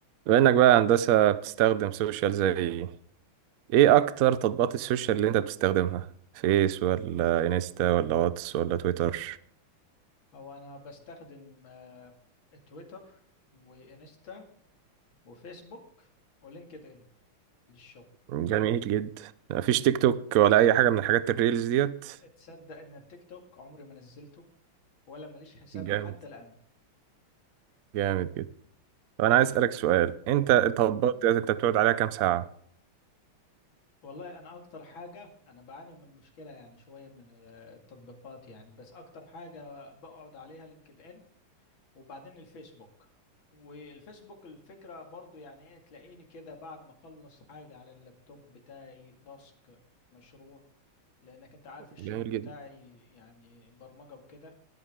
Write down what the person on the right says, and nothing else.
بما انك بقى هندسة بتستخدم سوشيال زي ايه إيه اكتر تطبيقات السوشيال اللي انت بتستخدمها فيس ولا انستا ولا واتس ولا تويتر
جميل جدا مفيش تيك توك ولا اي حاجة من الحاجات الريلز ديت
جامد
جامد جدا طب انا عايز اسألك سؤال انت
التطبيقات ديت انت بتقعد عليها كام ساعة
جميل
جدا